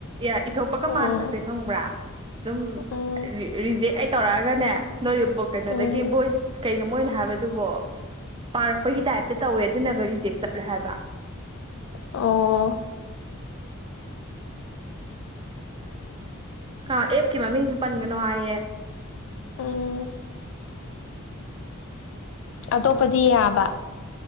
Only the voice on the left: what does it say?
ꯎꯝ
ꯎꯝ
ꯎꯝ
ꯑꯣ
ꯎꯝ ꯑꯇꯣꯞꯄꯗꯤ ꯌꯥꯕ